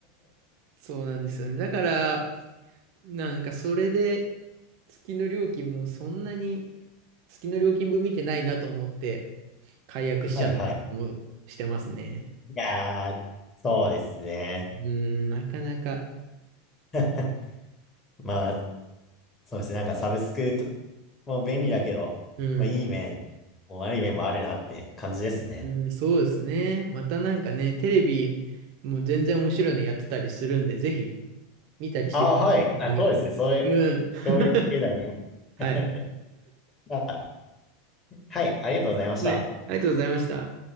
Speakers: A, on the right (about 50°); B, on the left (about 20°).
A: そうなんですよね。だから、なんかそれで月の料金もそんなに月の料金分見てないなと思って解約しちゃったりもしてますね。
B: はいはい。いやー、そうですね。
A: うん、なかなか。
B: <laughs> まあ、そうですね。なんかサブスクと、もう便利だけど、
A: うん、
B: まあいい面、もう悪い面もあるなって感じですね。
A: うん、そうですね。またなんかね、テレビも全然面白いのやってたりするんで、ぜひ見たりしてください。
B: ああ、はい。あ、
A: たまには。
B: そうですね。それ、
A: うん。<laughs>
B: 教育系だね。
A: はい。
B: <laughs> あはい。ありがとうございました。
A: はい。ありがとうございました。